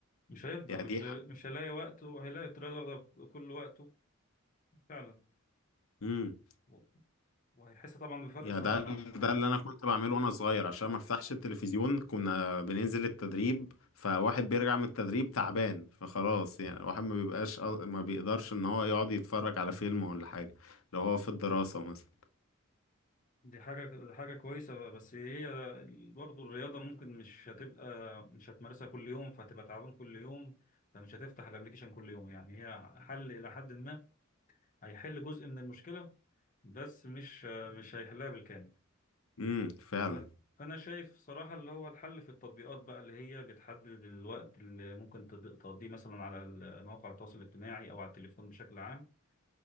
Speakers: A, on the left; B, on the left.
A: مش هيفضى
B: يعني
A: مش
B: دي ح-
A: مش هيلاقي وقته هيلاقي الطريقة دي واخدة كل وقته فعلا
B: مم.
A: و- وهيحس طبعا بفرق
B: يا
A: صراحة
B: ده
A: آه،
B: ده اللي انا كنت بعمله وانا صغير عشان ما افتحش التلفزيون كنا بننزل التدريب فواحد بيرجع من التدريب تعبان فخلاص يعني الواحد ما بيبقاش ما بيقدرش ان هو يقعد يتفرج على فيلم ولا حاجة لو هو في الدراسة مثلا
A: دي حاجة دي حاجة كويسة بس هي برضه الرياضة ممكن مش هتبقى مش هتمارسها كل يوم فهتبقى تعبان كل يوم فمش هتفتح الابليكيشن كل يوم يعني هي حل إلى حد ما هيحل جزء من المشكلة بس مش مش هيحلها بالكامل
B: امم فعلا
A: ف- فأنا شايف صراحة اللي هو الحل في التطبيقات بقى اللي هي بتحدد الوقت اللي ممكن تد- تقضيه مثلا على ال- مواقع التواصل الاجتماعي أو على التليفون بشكل عام